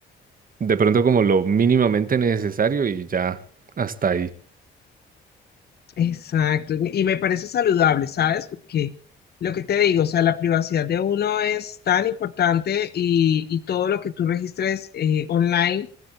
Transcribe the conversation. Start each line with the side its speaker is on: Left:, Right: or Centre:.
Right: de pronto como lo mínimamente necesario y ya hasta ahí.
Left: Exacto, y me parece saludable, ¿sabes? Porque lo que te digo, o sea, la privacidad de uno es tan importante y, y todo lo que tú registres eh, online.